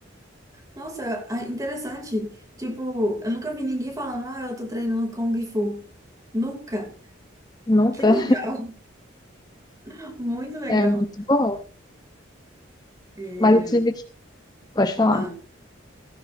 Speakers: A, on the right; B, on the left.
A: Nossa, ah, interessante. Tipo, eu nunca vi ninguém falando, ah, eu tô treinando Kung Fu. Nunca.
B: Nunca
A: Que legal, <laughs> muito
B: <laughs>
A: legal.
B: é muito bom.
A: É,
B: Mas eu tive que... Pode falar.
A: Ah,